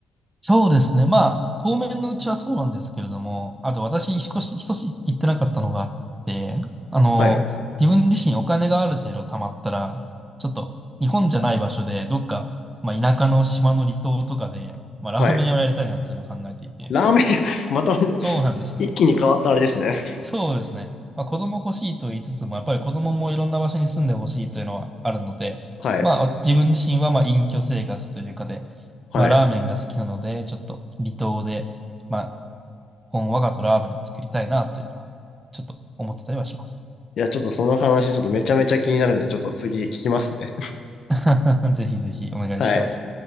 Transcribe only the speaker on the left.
はい。
はい。
ラーメン屋、<laughs> また <laughs>
一気に変わったあれですね。
はい。
はい。
いや、ちょっとその話、ちょっとめちゃめちゃ気になるんで、ちょっと次聞きますね。
はい。